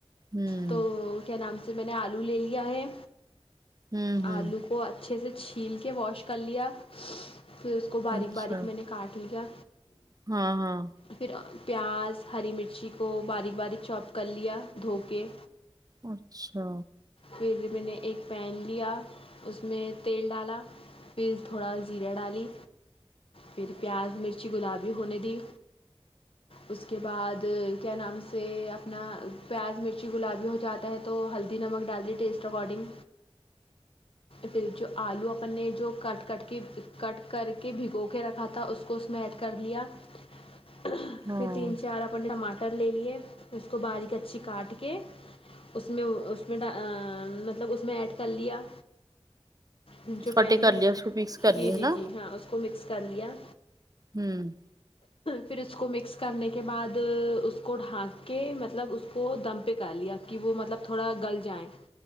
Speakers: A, on the right; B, on the left.
A: ہوں
B: تو کے نام سے میں نے آلو لے لیا ہے
A: ہوں ہوں
B: آلو کو اچھے سے چھیل کے واش کر لیا پھر اس کو باریک
A: اچھا
B: باریک میں نے کاٹ لیا
A: ہاں ہاں
B: پھر پیاز ہری مرچی کو باریک باریک چوپ کر لیا دھو کے
A: اچھا
B: پھر میں نے ایک پین لیا اس میں تیل ڈالا پھر تھوڑا زیرا ڈالی پھر پیاز مرچی گلابی ہونے دی اس کے بعد کیا نام سے اپنا پیاز مرچی گلابی ہو جاتا ہے تو ہلدی نمک ڈال دیے ٹیسٹ اکارڈنگ پھر جو آلو اپن نےجو کٹ کٹ کے کٹ کر کے بھگو کے رکھا تھا اس کو اس میں ایڈ کر لیا پھر
A: ہاں
B: تین چار ٹماٹر لے لیے اس کو باریک اچھی کاٹ کے اس میں اس میں مطلب اس میں ایڈ کر لیا جو
A: چھوٹے
B: پین
A: کر
B: رہتا
A: لیا اس کو مکس کر
B: جی
A: لیا
B: جی
A: نا
B: جی ہاں اس کو مکس کر لیا
A: ہوں
B: پھر اس کو مکس کرنے کے بعد اس کو ڈھانک کے مطلب اس کو دم پہ کر لیا کہ وہ مطلب تھوڑا گل جایں